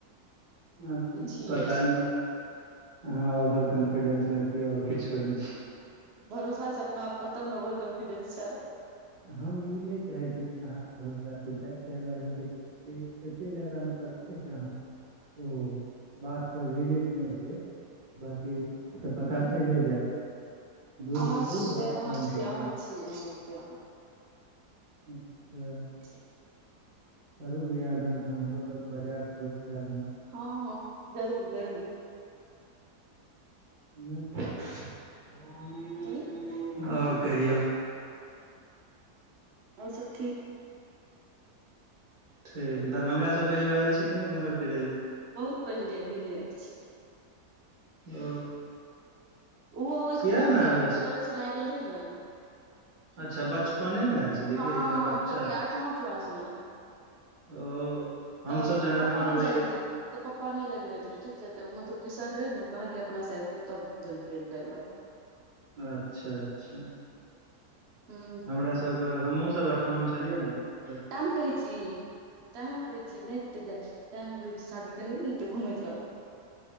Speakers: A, on the right; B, on the right.
A: आ
B: तऽ छियै
A: पता नहि अहाँ ओवर कॉन्फिडेंस मे छीय और किछो नहि छीय
B: भरोसा छै, अपनाप पर तब ने ओवर कॉन्फिडेंस छै।
A: तऽ हम ई नहि चाहैत छी कि अहाँके भरोसा टूटै ताहि दुआरे हम कहैत छी। एते जादा मतलब की कहै छै अहाँ? ओ बात पर रेट <unintelligible> नहि होइय। बकी तऽ पता चलि जायत। दूध
B: अहाँ
A: के दूध
B: छियै
A: और
B: अहाँ
A: पानि
B: छीै
A: के पानि
B: अहाँ छी <unintelligible>
A: अच्छा
B: <inaudible>
A: करू बियाह <unintelligible> दन तन हमरो सबके बजाय बझह
B: हँ-हँ जरूर- जरूर
A: नहि <unintelligible>
B: की
A: और कहियौ?
B: और सब ठीक।
A: ठीक दरभंगा सब कहियो आल छी की घमय फिरय लए?
B: बहुत पहिले, अभी नै ऐब छी।
A: ओ
B: ओहो इसकुल
A: किया ने आबै
B: के
A: छी
B: तरफ से लए गेल रहे ने
A: अच्छा बचपने मे आयल छलियै
B: हँ
A: क? एकदम बच्चा
B: जबकि आठमा क्लास मे रहियै
A: ओ
B: तऽ
A: हमस जनाठव
B: पप्पा नहि
A: मे
B: जाय
A: रहिय।
B: लए तऽ पप्पा नहि जाइ ल दैत रहे ठीक, तऽ मतलब जे सर रहे ने ओ कहलकै अपना सेबो तब देलक जाइ ल। <inaudible>
A: अच्छा अच्छा
B: हूँ
A: हमरा सबके हमहुँ सब ओठमा छेलियै न।
B: नाम <unintelligible> कहै छी तैहन ने कहै छियै नैय <unintelligible> शादी केलौ घुमैत रहु।